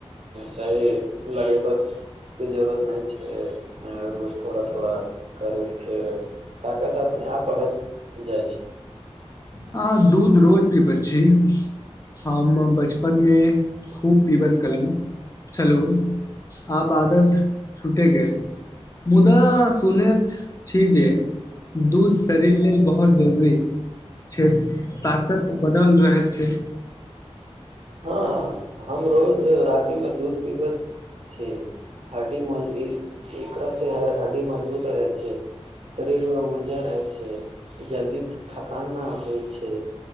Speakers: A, on the right (about 70°); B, on the left (about 30°).
A: शरीर लगयबऽके जरूरत नहि छै रोज थोड़ा थोड़ा करू फेर ताकत अपने आप बढ़त जाइ छै
B: अहाँ दूध रोज पीबैत छी हम बचपनमे खूब पीबैत केलहुँ चलू आब आदत छूटि गेल मुदा सुनैत छी जे दूध शरीर लेल बहुत जरूरी क ताकत बनल रहैत छै
A: हँ हम रोज रातिमे दूध पीबैत छी हड्डी एकरासँ हड्डी मजबूत रहै छै शरीरमे ऊर्जा रहै छै जल्दी थकान नहि होइ छै